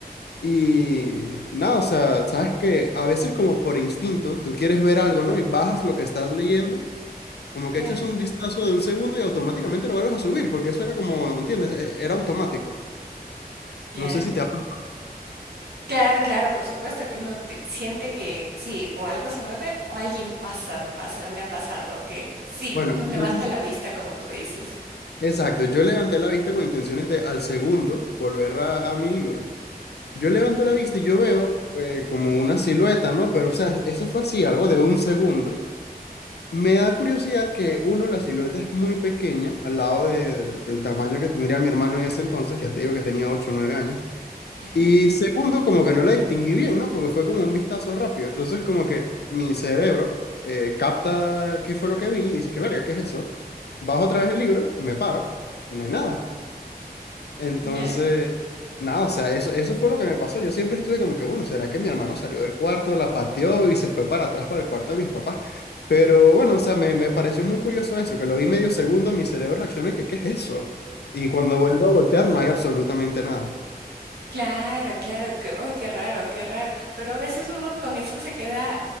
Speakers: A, on the left; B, on the right.
A: Y nada, o sea, sabes que a veces como por instinto tú quieres ver algo, ¿no? Y bajas lo que estás leyendo, como que
B: Claro.
A: echas un vistazo de un segundo y automáticamente lo vuelves a subir, porque eso era como, ¿entiendes? E- Era automático.
B: ¿Ya?
A: No sé si te ha pasado.
B: Claro, claro, por supuesto que uno pi- siente que sí, o algo se mueve o alguien pasa, me pasa, me ha pasado que sí,
A: Bueno,
B: uno
A: entonces,
B: levanta la vista, como tú dices.
A: exacto, yo levanté la vista con intenciones de al segundo volver a a mi libro. Yo levanto la vista y yo veo eh, como una silueta, ¿no? Pero, o sea, eso fue así, algo de un segundo. Me da curiosidad que, uno, la silueta es muy pequeña al lado de- del tamaño que tendría mi hermano en ese entonces, ya te digo que tenía 8 o 9 años.
B: Ya,
A: Y segundo, como que no la distinguí bien, ¿no? Porque fue como un vistazo rápido. Entonces, como que mi cerebro eh, capta qué fue lo que vi y dice que, verga, ¿qué es eso? Bajo otra vez el libro, me paro y no hay nada. Entonces,
B: ya.
A: nada, o sea, eso, eso fue lo que me pasó. Yo siempre estuve como que, bueno, ¿será que mi hermano salió del cuarto, la pateó y se fue para atrás para el cuarto de mis papás? Pero bueno, o sea, me, me pareció muy curioso eso, que lo vi medio segundo, mi cerebro reaccionó y que, ¿qué es eso? Y cuando vuelvo a voltear no hay absolutamente nada.
B: Claro, claro, que, uy, qué raro, qué raro. Pero a veces uno con eso se queda